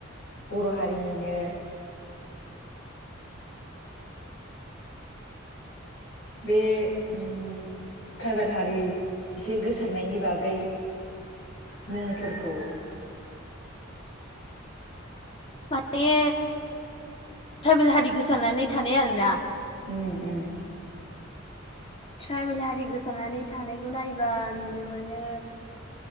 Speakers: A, on the left (about 65°); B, on the left (about 30°).
A: बर' हारिनिनो बे उम ट्राइबेल हारि एसे गोसारनायनि बागै मुंफोरखौ।
B: माने ट्राइबेल हारि गोसारनानै थानाय आरोना।
A: उम उम।
B: ट्राइबेल हारि गोसारनानै थानायखौ नायबा नुनो मोनो।